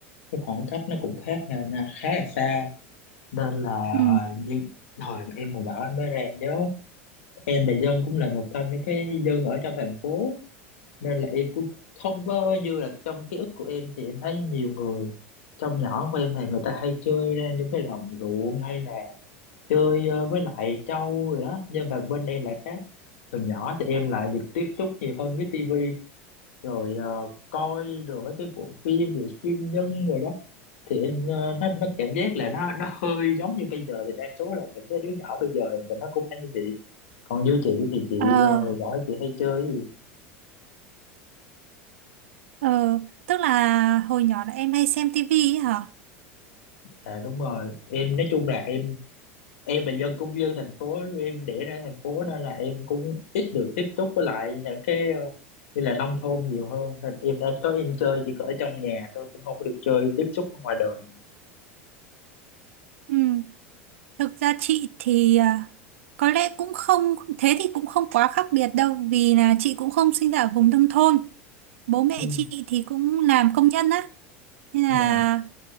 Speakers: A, on the left (about 75°); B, on the right (about 75°).
A: cái khoảng cách nó cũng khác nè, nè, khá là xa nên là
B: Ừ.
A: ờ, như hồi mà em hồi nhỏ em mới em nhớ em là dân cũng là một trong những cái dân ở trong thành phố nên là em cũng không có như là trong ký ức của em thì em thấy nhiều người trong nhỏ của em thì người ta hay chơi ra những cái đồng ruộng hay là chơi ờ, với lại trâu rồi đó nhưng mà bên em lại khác từ nhỏ thì em lại được tiếp xúc nhiều hơn với tivi rồi ờ, coi rồi mấy cái bộ phim về siêu nhân rồi đó thì em ờ, nó nó cảm giác là nó nó hơi giống như bây giờ thì đa số là những cái đứa nhỏ bây giờ thì nó cũng hay như vậy còn như chị thì chị
B: Ờ,
A: ờ, hồi đó chị hay chơi cái gì
B: ờ, tức là hồi nhỏ là em hay xem tivi ấy hả?
A: à đúng rồi em nói chung là em em là dân cũng dân thành phố em đẻ ra thành phố nên là em cũng ít được tiếp xúc với lại những cái ờ, như là nông thôn nhiều hơn nên em đã có em chơi chỉ có ở trong nhà thôi cũng không có được chơi tiếp xúc ở ngoài đời
B: Ừ. Thực ra chị thì à, có lẽ cũng không thế thì cũng không quá khác biệt đâu vì là chị cũng không sinh ra ở vùng nông thôn. Bố mẹ
A: ừ.
B: chị thì cũng làm công nhân á. Nên là
A: dạ.